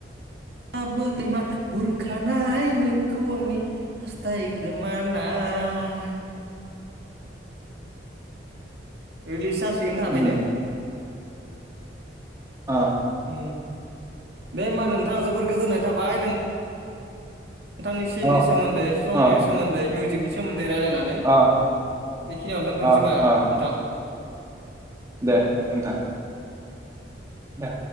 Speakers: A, on the right; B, on the right.
A: आ बोहैमा हुरखानाय नोंखौ आंनि हास्थाय खोमानाय रिलिस जासि सिगोन थाबैनो
B: उम आ
A: ओम दे होमबा नोंथां जोबोर गोजोननाय थाबाय नों नोंथांनि सिमनि
B: अ
A: सोमोन्दै संनि
B: अ
A: सोमोन्दै मिउ <unintelligible> जिक नि सोमो नदै रायलायनानै
B: अ
A: बेखिनियावनो दोनथ'सै
B: अ
A: बा
B: अ
A: नोंथां
B: दे नोंथां बा